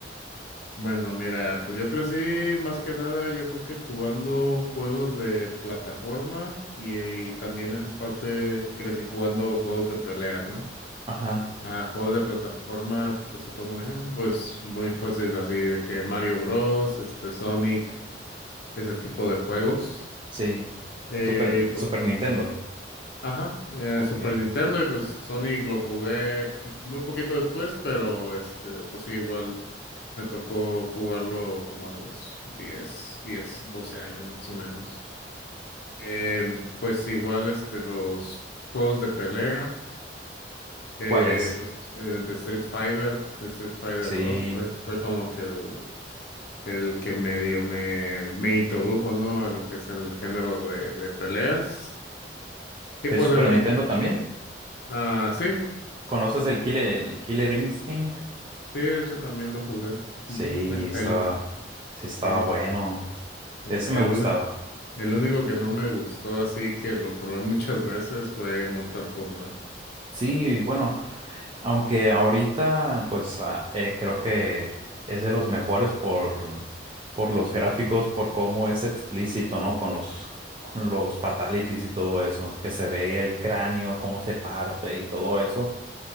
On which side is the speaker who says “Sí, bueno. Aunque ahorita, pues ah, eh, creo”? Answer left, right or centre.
Right